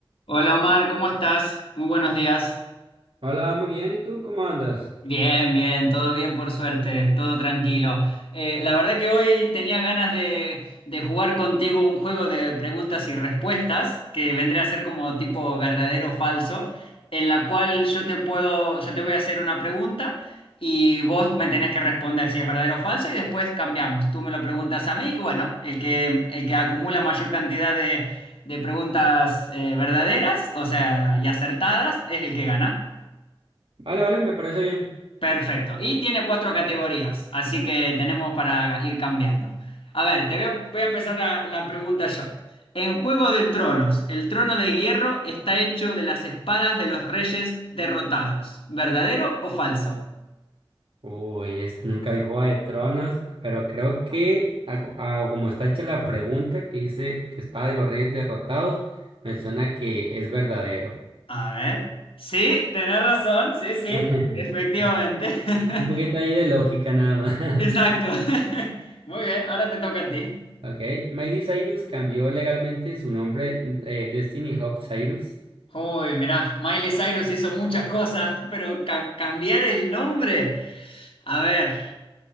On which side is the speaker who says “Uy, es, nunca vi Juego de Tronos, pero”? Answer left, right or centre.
Right